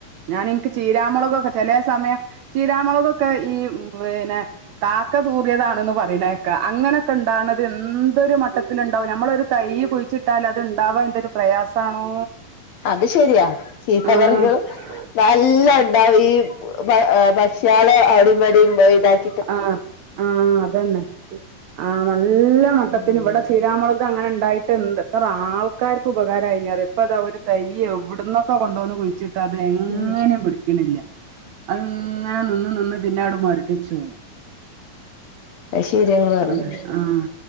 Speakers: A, on the right (about 80°); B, on the left (about 65°).
A: ഞാൻ ഇനിക്ക് ചീരാ മുളകൊക്കെ ചെലേ സമയം ചീരാ മുളകൊക്കെ ഈ പിന്നെ കാക്ക തൂറിയതാണന്ന് പറയണേക്കാ അങ്ങനൊക്കെ ഇണ്ടാവ്ണത് എന്തൊരു മട്ടത്തിലുണ്ടാവും നമ്മളൊരു തൈ കുഴിച്ചിട്ടാൽ അത് ഉണ്ടാവാ എന്തൊരു പ്രയാസാണോ
B: അത് ശരിയാ ചീത്ത
A: ആഹ്
B: പറികൾ നല്ല ഉണ്ടാവും ഈ ഭക്ഷ്യയേളേ അവടിം ഇവടിംപോയി ഇതാക്കി
A: ആഹ് ആ അതന്നെ ആ നല്ല മട്ടത്തിന്
B: ഉം
A: ഇവിടെ ചീരാ മൊളക് അത് അങ്ങനെ ഉണ്ടായിട്ടെന്ത്‌ എത്ര ആൾക്കാര്ക്കുപകാരായിന്നാറിയോ ഇപ്പതാ ഒരു തൈ എവിടന്നൊക്കൊ കൊണ്ടന്ന് കുഴിച്ചി ട്ടതെങ്ങനെയും
B: ഉം
A: പിടിക്ക്ണില്ല അത്ങ്ങനെ നിന്ന് നിന്ന് പിന്നവട് മൊരടിച്ചോവാ
B: അയ്ശെരിയാങ്ങള് പറഞ്ഞത്
A: അതെ ആഹ്